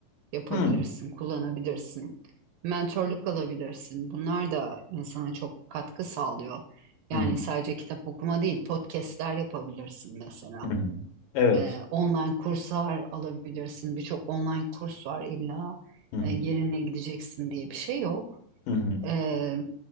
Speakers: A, on the right; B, on the left.
A: yapabilirsin,
B: Hmm.
A: kullanabilirsin. Mentorluk alabilirsin. Bunlar da insana çok katkı sağlıyor. Yani
B: <laughs>
A: sadece kitap okuma değil, podcastler yapabilirsin mesela.
B: Hı hı. Evet.
A: Ee, online kurslar alabilirsin. Birçok online kurs var illa
B: Hı hı.
A: e, yerine gideceksin diye bir şey yok.
B: Hı hı.
A: Ee,